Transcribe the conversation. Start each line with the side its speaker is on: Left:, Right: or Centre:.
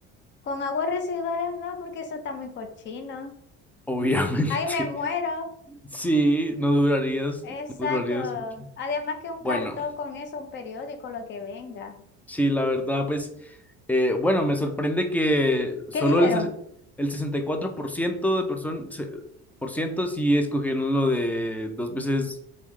Left: con aguas residuales no, porque eso está muy cochino.
Centre: obviamente.
Left: Ahí me muero.
Centre: Sí, no durarías,
Left: Exacto.
Centre: no durarías mucho.
Left: Además que un
Centre: Bueno,
Left: cartón con eso, un periódico, lo que venga.
Centre: sí, la verdad, pues, eh, bueno, me sorprende que solo
Left: ¿Qué dijeron?
Centre: el, ses- el 64% de personas, por ciento sí escogieron lo de dos veces